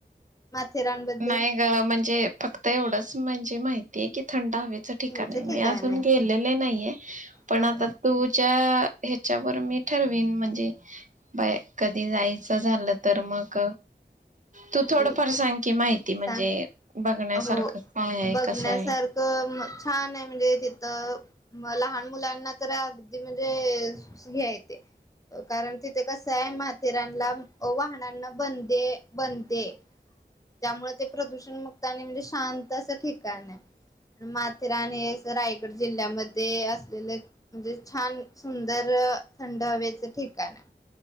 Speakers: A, on the left (about 20°); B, on the right (about 45°).
A: माथेरानबद्दल
B: नाही ग, म्हणजे फक्त एवढंच म्हणजे माहितीय की, थंड हवेच ठिकाण
A: घरचं ठिकाण
B: मी अजून
A: आहे
B: गेलेले नाहीये. पण
A: हा
B: आता
A: हा
B: तुझ्या ह्याच्यावर मी ठरवीन, म्हणजे बाय कधी जायचं झालं. तर मग, तू थोडं
A: ठीक
B: फार
A: आहे
B: सांग, की माहिती म्हणजे
A: सांग
B: बघण्यासारखं
A: हो,
B: काय आहे
A: बघण्यासारखं
B: कसं आहे.
A: छान आहे. म्हणजे तिथं लहान मुलांना तर अगदी म्हणजे ही हाय, ते कारण तिथे कसय आहे. माथेरानला वाहनांना बंदी य बंद, ते, त्यामुळे ते प्रदूषणमुक्त आणि म्हणजे शांत असं ठिकाण आहे. माथेरान हे रायगड जिल्ह्यामध्ये असलेले म्हणजे छान सुंदर थंड हवेच ठिकाण आहे.